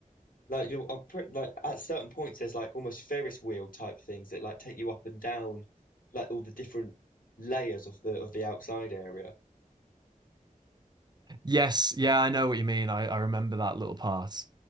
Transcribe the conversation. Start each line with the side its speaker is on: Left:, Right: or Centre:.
Left: like you're I'm pretty, like at certain points there's like almost Ferris wheel type things that like take you up and down like all the different layers of the of the outside area.
Right: yes, yeah, I know what you mean. I, I remember that little part.